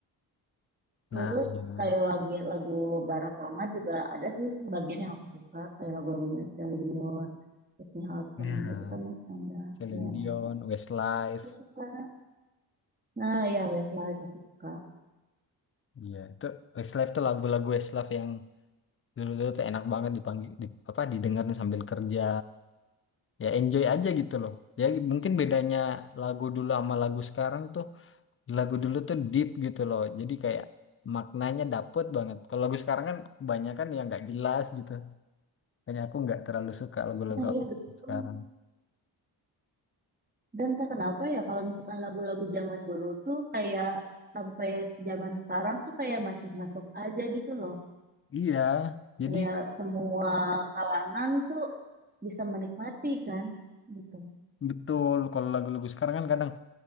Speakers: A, on the right; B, on the left.
A: Terus
B: Nah, iya.
A: kayak lagu lagu barat lama juga ada sih sebagian yang aku suka kayak lagu-lagunya Celine Dion, Whitney Houston
B: Nah,
A: gitu kan yang udah
B: Celine
A: lumayan
B: Dion,
A: lama.
B: Westlife.
A: Aku suka. Nah, nah ya Westlife aku suka.
B: Iya, itu Westlife tuh lagu-lagu Westlife yang dulu-dulu tuh enak banget dipanggil di, apa didengarin sambil kerja ya enjoy aja gitu loh ya mungkin bedanya lagu dulu sama lagu sekarang tuh lagu dulu tuh deep gitu loh jadi kayak maknanya dapet banget kalau lagu sekarang kan kebanyakan yang nggak jelas gitu makanya aku nggak terlalu suka lagu-lagu
A: Nah iya betul.
B: sekarang
A: Dan tak kenapa ya kalau misalkan lagu-lagu zaman dulu tuh kayak sampai zaman sekarang tuh kayak masih masuk aja gitu loh.
B: iya jadi
A: Kayak semua kalangan tuh bisa menikmati kan gitu.
B: betul kalau lagu-lagu sekarang kan kadang